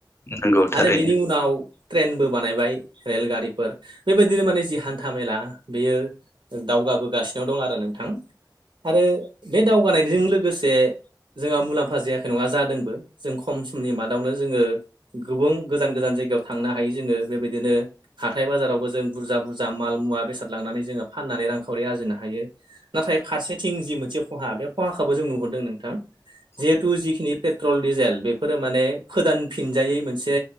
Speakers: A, on the left (about 30°); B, on the right (about 85°).
A: नंगौ थारैनो
B: आरो बेनि उनाव ट्रेनबो बानायबाय रेलगारिफोर बेबायदिनो माने जि हान्था मेला बेयो दावगाबोगासिनो दं आरो नोंथां। आरो बे दावगानायजों लोगोसे जोंहा मुलाम्फा जायाखै नङा जादोंबो। जों खम समनि मादावनो जोङो गोबुं गोजान गोजान जायगायाव थांनो हायो जोङो। बेबायदिनो हाथाय बाजारावबो जों बुरजा बुरजा माल मुवा बेसाद लांनानै जोङो फाननानै रांखावरि आरजिनो हायो। नाथाय फारसेथिं जि मोनसे खहा बे खहाखौबो जों नुहरदों नोंथां।
A: <inaudible>
B: जिहेथु जिखिनि पेट्रल, डिजेल बेफोरो माने फोदान फिनजायै मोनसे